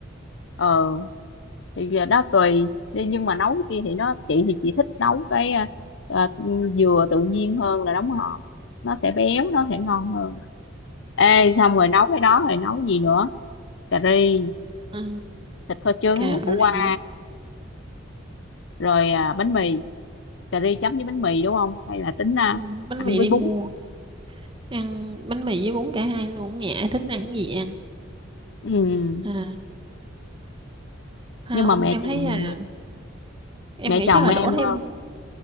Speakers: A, on the left; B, on the right.
A: ờ thì giờ đó tùy Đi, nhưng mà nấu cái kia thì nó chị thì chị thích nấu cái ờ, ờ, dừa tự nhiên hơn là đóng hộp nó sẽ béo nó sẽ ngon hơn ê xong rồi nấu cái đó rồi nấu gì nữa cà ri
B: ừ,
A: thịt kho trứng
B: cà ri
A: khổ qua rồi à, bánh mì cà ri chấm với bánh mì đúng không hay là tính à,
B: ừ, bánh
A: ăn
B: mì
A: với
B: đi
A: bún
B: mua ăn bánh mì với bún cả hai luôn ở nhà ai thích ăn cái gì ăn
A: ừ.
B: à không
A: nhưng mà mẹ
B: em
A: chồng
B: thấy à
A: mẹ,
B: em
A: mẹ
B: nghĩ
A: chồng
B: chắc là
A: em
B: đổ
A: ờ,
B: thêm